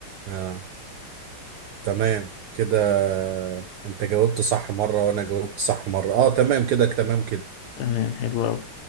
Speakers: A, on the right (about 80°); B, on the left (about 90°).
A: آه. تمام كده انت جاوبت صح مرة وانا جاوبت صح مرة اه تمام كده تمام كده
B: تمام حلو قوي